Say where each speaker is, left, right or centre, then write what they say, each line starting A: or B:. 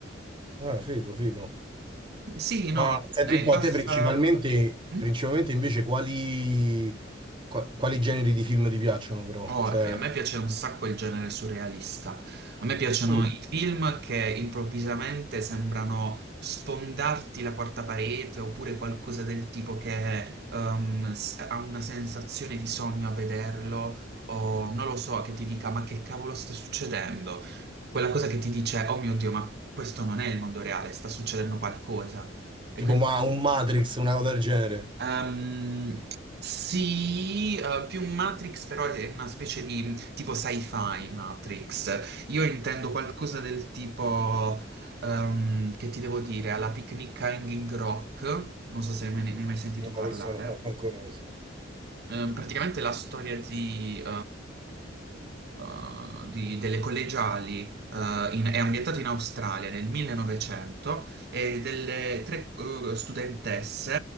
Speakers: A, on the right (about 25°); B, on the right (about 60°).
A: Eh, figo, figo.
B: Sì,
A: Ma
B: no,
A: senti
B: è
A: un po',
B: basta.
A: te principalmente,
B: Mm?
A: principalmente invece quali, qua- quali generi di film ti piacciono però?
B: Oh,
A: Cioè,
B: e a me piace un sacco il genere surrealista. A me piacciono
A: mm,
B: i film che improvvisamente sembrano sfondarti la quarta parete oppure qualcosa del tipo che ehm, s- ha una sensazione di sogno a vederlo o non lo so, che ti dica ma che cavolo sta succedendo? Quella cosa che ti dice oh mio Dio, ma questo non è il mondo reale, sta succedendo qualcosa. E
A: tipo
B: quindi
A: ma, un Matrix, una cosa del genere?
B: Ehm, sì, eh, più Matrix, però è una specie di tipo sci-fi Matrix. Io intendo qualcosa del tipo, ehm, che ti devo dire, alla Picnic a Hanging Rock. Non so se me ne, ne hai mai sentito
A: No,
B: parlare.
A: questo no, <laughs> non conosco.
B: Ehm, praticamente la storia di, eh, eh, di- delle collegiali eh, in- è ambientata in Australia nel 1900 e delle tre eh, studentesse